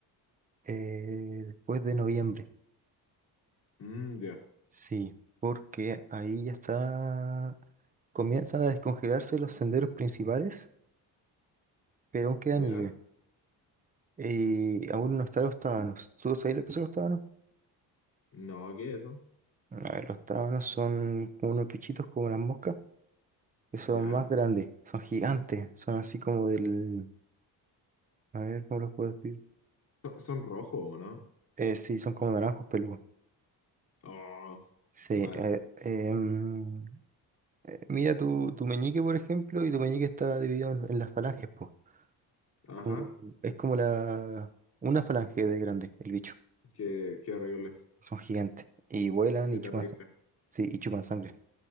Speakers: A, on the right; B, on the left.
A: eh, después de noviembre.
B: Mm, ya,
A: Sí, porque ahí ya está, comienzan a descongelarse los senderos principales, pero aún queda
B: ya.
A: nieve. Y aún no están los tábanos. ¿Tú sabes lo que son los tábanos?
B: No, ¿qué es eso?
A: A ver, los tábanos son como unos bichitos como las moscas, que son
B: Ya.
A: más grandes, son gigantes, son así como del, a ver, ¿cómo los puedo decir?
B: Son, son rojos, ¿o ¿no?
A: Eh, sí, son como naranjos peludos.
B: Oh,
A: Sí,
B: mal.
A: eh, em, eh, mira tu, tu meñique, por ejemplo, y tu meñique está dividido en, en las falanges, pues.
B: Ajá.
A: Como, es como la, una falange de grande, el bicho.
B: Qué, qué horrible.
A: Son gigantes. Y vuelan
B: Qué
A: y
B: terrible.
A: chupan, sang- sí, y chupan sangre.